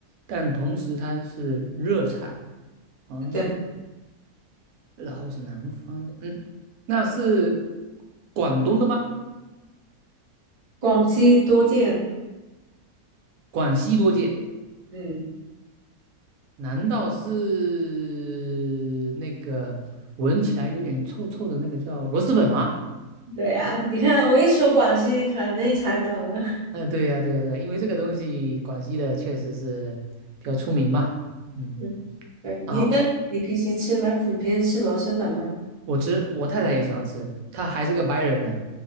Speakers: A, on the right; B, on the right.
A: 但同时它是热菜啊，
B: 对，
A: 然后是南方的，嗯，那是广东的吗？
B: 广西多见，
A: 广西多见，
B: 嗯，
A: 难道是那个闻起来有点臭臭的那个叫螺蛳粉吗？
B: 对啊，你看我一说广西，你可能也猜到了。
A: 哎，对呀，对呀，对呀，因为这个东西广西的确实是比较出名嘛，嗯，
B: 嗯，对你，
A: 啊，
B: 那你平时吃吗？你平时吃螺蛳粉吗？
A: 我吃，我太太也喜欢吃，她还是个白人呢。